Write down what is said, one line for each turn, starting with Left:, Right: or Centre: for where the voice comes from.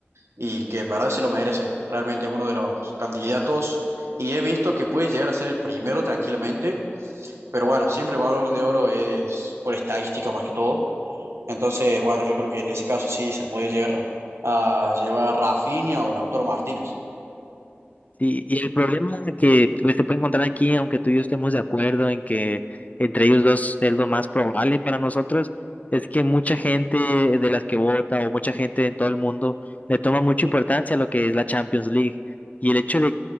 Right: y que en verdad se lo merece. Realmente es uno de los candidatos y he visto que puede llegar a ser el primero tranquilamente, pero bueno, siempre el Balón de Oro es por estadística más que todo. Entonces, bueno, yo creo que en ese caso sí se lo puede llegar a llevar Rafinha o Lautaro Martínez.
Left: Sí, y el problema que pues, se puede encontrar aquí, aunque tú y yo estemos de acuerdo en que entre ellos dos es lo más probable para nosotros, es que mucha gente de las que vota o mucha gente en todo el mundo le toma mucha importancia a lo que es la Champions League. Y el hecho de